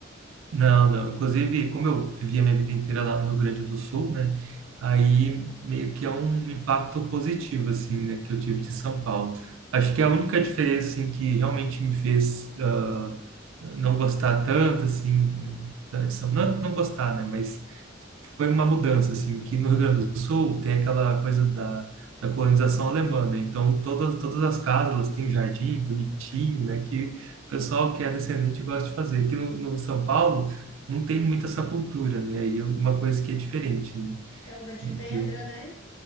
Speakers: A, on the right; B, on the left.
A: Não, não. Inclusive, como eu vivi a minha vida inteira lá no Rio Grande do Sul, né? Aí meio que é um impacto positivo, assim, né? Que eu tive de São Paulo. Acho que é a única diferença, assim, que realmente me fez ah, não gostar tanto, assim, da- de São... Não, não gostar, né? Mas foi uma mudança, assim, que no Rio Grande do Sul tem aquela coisa da, da colonização alemã, né? Então, todas, todas as casas, elas têm um jardim bonitinho, né? Que o pessoal que é descendente gosta de fazer. Aqui no, no São Paulo não tem muita essa cultura, né? Aí é uma coisa que é diferente, né?
B: Selva de
A: E
B: pedra,
A: que eu...
B: né?